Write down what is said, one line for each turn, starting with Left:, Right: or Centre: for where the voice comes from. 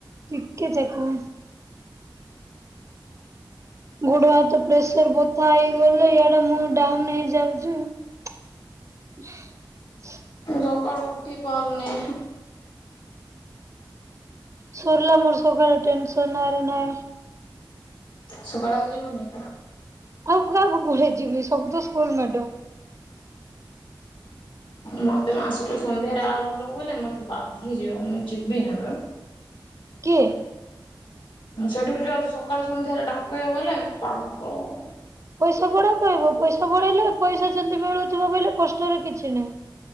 Right: ଟିକେ <unintelligible> ଗୋଡ଼ ହାତ ପ୍ରେସର ବଥା ହେଇଗଲେ ଇଆଡ଼େ ମୁଁ ଡାଉନ୍ ହେଇଯାଉଛି। <unintelligible>
Left: ସକାଳୁ ଉଠି ପାରୁନି।
Right: ସରିଲା ମୋର ସକାଳେ ଟେନସନ୍ ଆରେ ନାଇଁ।
Left: ସକାଳେ ଆଉ ଯିବୁନି।
Right: ଆଉ କାହାକୁ ପଢେଇ ଯିବି ସବୁ ତ ସ୍କୁଲ ମ୍ୟାଡ
Left: ମତେ ମାସରୁ ସନ୍ଧ୍ୟାରେ ଆ ବୁଲ ବଲେ ମତେ ବାଧି ଯିବ ମୁଁ ଯିବି <unintelligible>
Right: କିଏ।
Left: ସେଠୁ ଯଅ ସକାଳେୁ ସନ୍ଧ୍ୟାରେ ଡାକେଇ ବଲେ ପାଳନ <unintelligible>
Right: ପଇସା ବଢା କହିବ ପଇସା ବଢେଇଲେ ପଇସା ଯେମିତି ମିଳୁଥିବ ବୋଇଲେ କଷ୍ଟରେ କିଛି ନାହିଁ।